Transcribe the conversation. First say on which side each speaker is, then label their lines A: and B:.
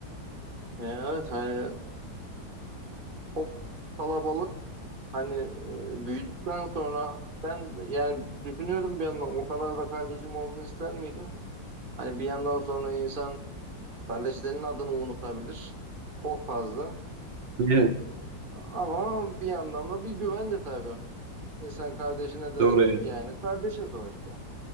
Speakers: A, on the right; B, on the right.
A: E, evet hani çok kalabalık Hani e, büyüdükten sonra ben yani düşünüyorum bir yandan o kadar da kardeşim olsun ister miydim? Hani bir yandan sonra insan kardeşlerinin adını unutabilir. Çok fazla.
B: Evet,
A: Ama bir yandan da bir güvence tabii. İnsan kardeşine de
B: doğru evet.
A: yani kardeşin sonuçta.